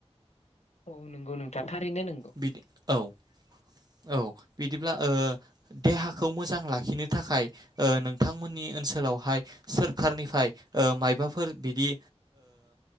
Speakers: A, on the left; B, on the right.
A: औ नंगौ नोंथां थारैनो नंगौ।
B: बिदि औ औ बिदिब्ला देहाखौ मोजां लाखिनो थाखाय नोंथांमोननि ओनसोलावहाय सोरखारनिफ्राय मायबाफोर बिदि